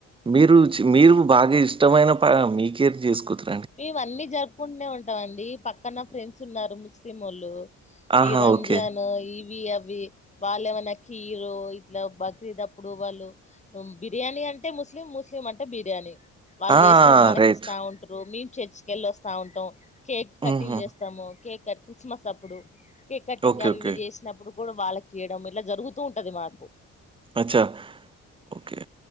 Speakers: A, on the right; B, on the left.
A: మీరు మీరు బాగా ఇష్టమైన ప మీకేర్ చేసుకుతున్నారు
B: ఇవన్నీ జరుపుకుంటూనే ఉంటావండి పక్కన ఫ్రెండ్స్ ఉన్నారు ముస్లిం వాళ్ళు
A: ఆహా!
B: ఈ రంజన్
A: ఓకే.
B: ఇవి అవి వాళ్ళమనా కీరు ఇట్లా బక్రీదప్పుడు వాళ్ళు బిర్యానీ అంటే ముస్లిం ముస్లిం అంటే బిర్యానీ వాళ్ళు
A: ఆ!
B: చేసిన మనకి
A: రైట్.
B: ఇస్తా ఉంటు మేము చర్చి కి వెళ్ళి వస్తా ఉంటాం కేక్ కటింగ్
A: హుహు.
B: చేస్తాము కేక్ క్రిస్మస్ అప్పుడు కేక్ కటింగ్
A: ఓకే.
B: అవి
A: ఓకే.
B: ఇవి చేసినప్పుడు కూడా వాళ్ళకి ఇయడం ఇట్లా జరుగుతూ ఉంటది మాకు
A: అచ్చా ఓకే